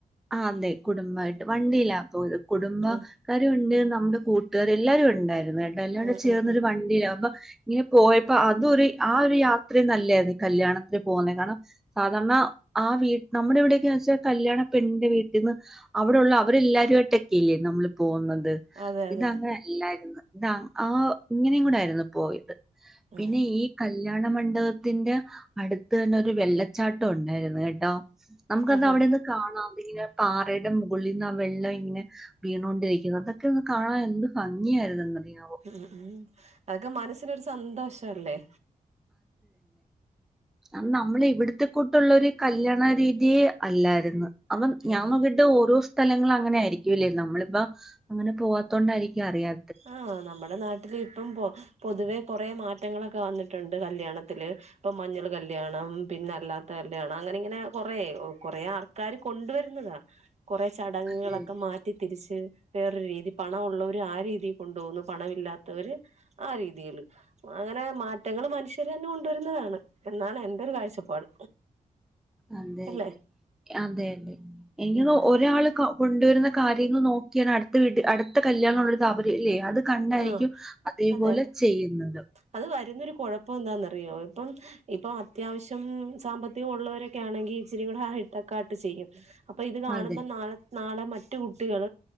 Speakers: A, in the centre; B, on the right (about 50°).
A: ആ അതെ കുടുംബയിട്ട് വണ്ടീലാ പോയത് കുടുംബക്കരു
B: ഉം
A: ഉണ്ട് നമ്മുടെ കൂട്ടുകാർ എല്ലാരും ഉണ്ടായിരുന്നു കേട്ടോ എല്ലാം കൂടെ
B: ഉം
A: ചേർന്നൊരു
B: ഉം ഉം
A: വൺ.. ദിയ അപ്പൊ ഇങ്ങനെ പോയപ്പോ അതൊരു ആ ഒരു യാത്ര നല്ല ആരുന്നു ഇ കല്യാണത്തിന് പോകുന്നേ കാരണം സാധാരണ ആ വീ നമ്മുടെ വിടെയൊക്കെയ വെച്ചാൽ കല്യാണ പെണിന്റെ വീട്ടിന്നു അവിടെള്ള അവരെല്ലാവരുമായിട്ടൊക്കെ ല്ലേ നമ്മള് പോന്നത്
B: അതെ അതെ
A: ഇത് അങ്ങനെ അല്ലായിരുന്നു. ഇതാ ആ ഇങ്ങനെയും കൂടെ ആരുന്നു പോയത് പിന്നെ
B: ഉം
A: ഈ കല്യാണ മണ്ഡപത്തിന്റെ അടുത്ത് തന്നെ ഒരു വെല്ലച്ചാട്ടം ഉണ്ടായിരുന്നു കേട്ടോ നമുക്കത്
B: ഓഹോ
A: അവിടെന്ന് കാണാം ഇങ്ങനെ പാറയുടെ മുകളിൽ നിന്ന് ആ വെള്ളം ഇങ്ങനെ വീണോണ്ട് <unintelligible> അതൊക്കെ ഒന്ന് കാണാൻ എന്ത് ഭംഗിയായിരുന്നെന്നറിയോ
B: ഉം ഉം അതൊക്കെ മനസ്സിനൊരു സന്തോഷ അല്ലേ
A: ആ നമ്മള് ഇവിട്ത്തെ കൂട്ടുള്ള ഒരു കല്യാണ രീതിയെ അല്ലായിരുന്നു അപ്പം ഞാനോക്കിട്ട്
B: ഉം
A: ഓരോസ് സ്ഥലങ്ങൾ അങ്ങനെ ആയിരിക്കുംല്ലേ നമ്മളിപ്പ അങ്ങനെ പോവാത്ത കൊണ്ടായിരിക്കും അറിയാ
B: ആഹ നമ്മുടെ നാട്ടില് ഇപ്പം പൊതുവെ കുറെ മാറ്റങ്ങളൊക്കെ വന്നിട്ടുണ്ട് കല്യാണത്തില് ഇപ്പൊ മഞ്ഞൾ കല്ല്യാണം പിന്നെ അല്ലാത്ത കല്യാണം അങ്ങനെ ഇങ്ങനെ കൊറേ ആയ് കൊറേ ആൾ ക്കാര് കൊണ്ടുവരുന്നതാ കുറേ ചടങ്ങുകളൊക്കെ
A: അതെ അതെ
B: മാറ്റി തിരിച്ച് വേറൊരു രീതി പണം ഉള്ളവർ ആ രീതി കൊണ്ട് പോന്നു പണമില്ലാത്തവര് ആ രീതിയില് അങ്ങനെ മാറ്റങ്ങൾ മന്ഷ് ഇച്ചരിന്നെ കൊണ്ടുവരുന്നതാണ് എന്നാണ് എന്റെ ഒരു കാഴ്ചപ്പാട്
A: അതെയതെ
B: അല്ലേ
A: അതെയതെ എങ്കി
B: ഉം
A: അത് ഒരാള് കൊ കൊണ്ടുവരുന്ന കാര്യങ്ങൾ നോക്കിയാണ് അടുത്ത വീട്ടിൽ അടുത്ത കല്യാണം ഉള്ള ഒരു താപര്യം അല്ലേ അത് കണ്ടായിരിക്കും
B: ആഹ്
A: അതേപോലെ
B: അതെ അതെ
A: ചെയ്യുന്നത്
B: അത് വരുന്നൊരു കുഴപ്പം എന്താന്നറിയോ ഇപ്പം ഇപ്പൊ അത്യാവശ്യം സാമ്പത്തികം ഉള്ളവരെ ക്കെ ആണെങ്കി ഇച്ചിരി കൂടെ ഹൈട്ടെക്കാട്ട് ചെയ്യും അപ്പൊ ഇത് കാണുമ്പോ
A: അതെ
B: നാളെ നാളെ മറ്റു കുട്ടികൾ